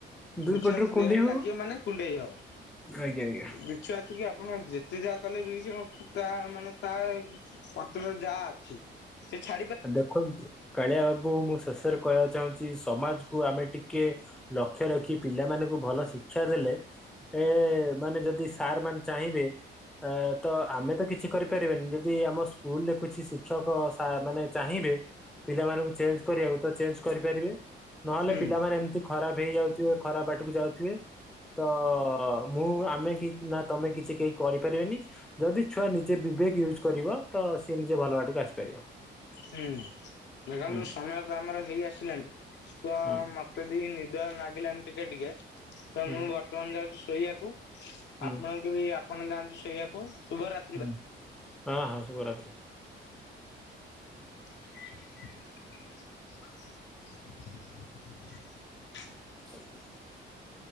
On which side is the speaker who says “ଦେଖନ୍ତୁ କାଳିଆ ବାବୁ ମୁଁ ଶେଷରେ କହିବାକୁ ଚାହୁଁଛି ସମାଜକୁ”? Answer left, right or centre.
Centre